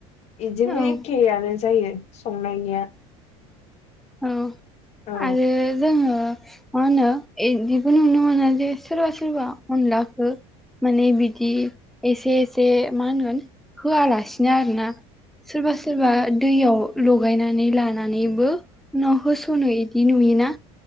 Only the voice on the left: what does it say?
इजोंनो
एखेयानो जायो संनायनिया।
औ